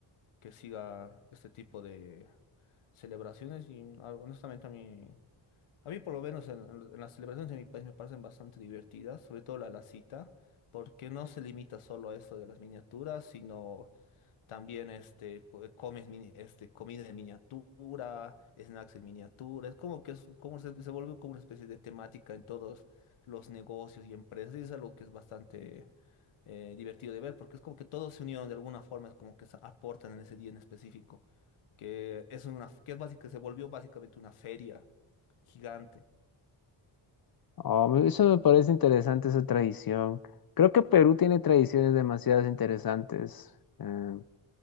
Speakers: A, on the left; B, on the left.
A: que siga este tipo de celebraciones y ah, honestamente a mí, a mí por lo menos en, en- en las celebraciones de mi país me parecen bastante divertidas, sobre todo la, la cita, porque no se limita solo a esto de las miniaturas, sino también este, pu- comes mini- este, comida en miniatura, snacks en miniatura. Es como que es, como se, se volvió como una especie de temática en todos los negocios y empresas. Y es algo que es bastante eh, divertido de ver, porque es como que todos se unieron de alguna forma, es como que se aportan en ese día en específico. Que es una, que es básica, se volvió básicamente una feria gigante.
B: Oh, me- eso me parece interesante, esa tradición. Creo que Perú tiene tradiciones demasiado interesantes. Eh,